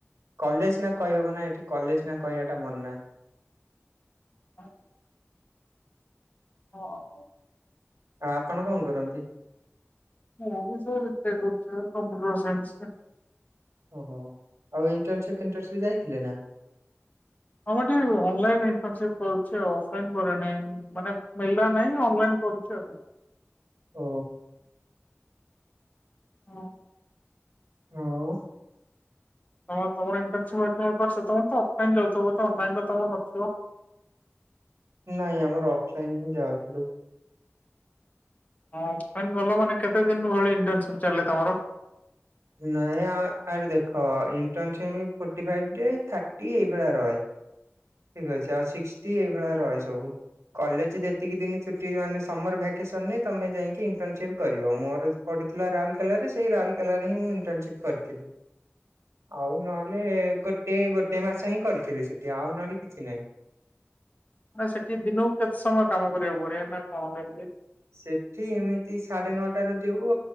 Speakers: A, on the right; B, on the left.
A: College ନା କହିହବନା ଏଠି କଲେଜ ନା କଇବାଟା ମନା।
B: <inaudible> <inaudible>
A: ଆ ଆପଣ କଣ କରନ୍ତି?
B: ମୁଁ ଭାବୁଛି <unintelligible> କମ୍ପ୍ୟୁଟର ସାଇନ୍ସ
A: ଓହୋ ଆଉ ଇଣ୍ଟରନସିପ <unintelligible> ଯାଇଥିଲେ ନା?
B: ଆମ ଅନଲାଇନଇପ କରଛି ଅଫଲାଇନ ପରେ ନାଇ ମାନ <unintelligible> ମିଳିଲା ନାହିଁ ଅନଲାଇନ୍ କରୁଛ ଆଉ।
A: ହ
B: ହଁ।
A: ହଁ।
B: ହଁ ତମର ଇଟର୍ନସିପପଛ ତମେ ତ ଅଫାଇନ ରହୁଛ ହୁଏତ ଅନଲିନି ରେ ତମରତ ନଥିବ
A: ନାଇଁ ଆମର ଅଫଲାଇନ ହିଁ ଯଆ ଥିଲୁ।
B: ହଁ ଅଫଲାଇନୀ ଗଲ ମାନେ କେତେ ଦିନ ଭଳି ଇଣ୍ଟସିପ ଚାଲେ ତମର।
A: ନାଇଁ ଆ ଆରେ ଦେଖ ଇଣ୍ଟଟସି ଫୋର୍ଟ ଥାର୍ଟି ଏଇଭଳିଆ ରହେ। ଠିକ ଅଛି ଆଉ ସିକ୍ସଟି ଏଇଭଳିଆ ରହେ ସବୁ କଲେଜ ଯେତିକି ଦିନି ଛୁଟି ମାନେ ସମର ଭ୍ୟାକେସନ୍ରେ ତୁମେ ଯାଇକି ଇଣ୍ଟର୍ନସିପ୍ କରିବ ମୋର ପଡ଼ିଥିଲା ରାଉରକଲାରେ ସେଇ ରାଉରଲକଲାରେ ହିଁ ମୁଁ ଇଣ୍ଟସିପ୍ କରିଥିଲି। ଆଉ ନହେଲେ ଗୋଟେ ଗୋଟେ ମାସ ହିଁ କରିଥିଲି ସେଠି ଆଉ ନହେଲେ କିଛି ନାହିଁ।
B: ନା ସେଠି ଦିନକୁ କେତେ ସମୟ କାମ କରିବାକୁ ପଡିବ ନା କଣ କେମିତି?
A: ସେଠି ଏମିତି ସାଢେ ନଅଟା ରେ ଯିବୁ